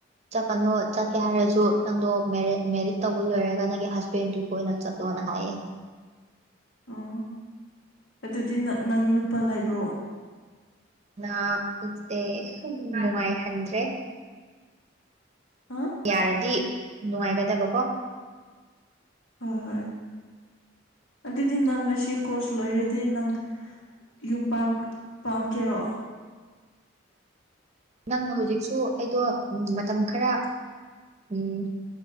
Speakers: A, on the right; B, on the left.
A: ꯆꯠꯀꯅꯨ ꯆꯠꯀꯦ ꯍꯥꯏꯔꯁꯨ ꯅꯪꯗꯣ ꯃꯦꯔꯤꯠ ꯃꯦꯔꯤꯠ ꯇꯧꯕ ꯂꯣꯏꯔꯒ ꯅꯪꯒꯤ ꯍꯁ ꯄꯦꯟꯁꯨ ꯑꯣꯏꯅ ꯆꯠꯂꯣꯅ ꯍꯥꯏꯌꯦ
B: ꯑꯣ ꯑꯗꯨꯗꯤ ꯅꯪ ꯅꯨꯄꯥ ꯂꯩꯕ꯭ꯔꯣ
A: ꯅꯥ ꯂꯩꯇꯦ ꯅꯨꯡꯉꯥꯏꯍꯟꯗ꯭ꯔꯦ
B: ꯑꯥ
A: ꯌꯥꯔꯗꯤ ꯅꯨꯡꯉꯥꯏꯒꯗꯕꯀꯣ
B: ꯍꯣꯏ ꯍꯣꯏ ꯑꯗꯨꯗꯤ ꯅꯪ ꯉꯁꯤ ꯀꯣꯔꯁ ꯂꯣꯏꯔꯦꯗꯤ ꯅꯪ ꯌꯨꯝ ꯄꯥꯝꯒꯦꯔꯣ
A: ꯅꯪꯅ ꯍꯧꯖꯤꯛꯁꯨ ꯑꯩꯗꯣ ꯎꯝ ꯃꯇꯝ ꯈꯔ ꯎꯝ